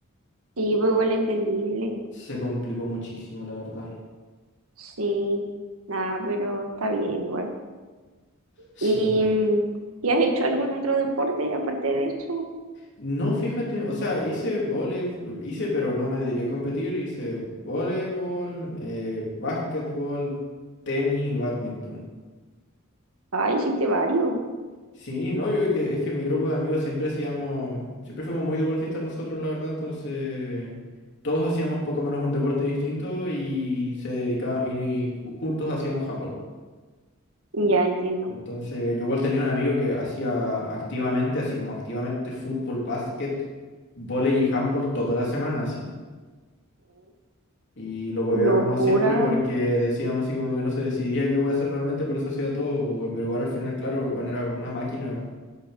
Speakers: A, on the right; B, on the left.
A: sí, pues igual entendible.
B: se complicó muchísimo, la verdad.
A: Sí, nada, pero está bien igual.
B: Sí.
A: ¿Y, mm, ¿y has hecho algún otro deporte aparte de eso?
B: No, fíjate, o sea, hice voleibol, hice, pero no me dediqué a competir, hice voleibol, eh, básquetbol, tenis y bádminton
A: Ah, hiciste varios.
B: Sí, no, yo que, es que mi grupo de amigos siempre hacíamos, siempre fuimos muy deportistas nosotros, la verdad, entonces todos hacíamos poco menos un deporte distinto y se dedicaba, y ju- juntos hacíamos handball.
A: Ya entiendo.
B: Entonces, yo igual tenía un amigo que hacía activamente, así como activamente fútbol, básquet, vóley y handball toda la semana, así. Y lo hueveábamos
A: Locura,
B: siempre porque decíamos así como que no se decidía qué voy a hacer realmente, por eso hacía todo, pues, güey, pero igual al final, claro, bueno, era una máquina. weón.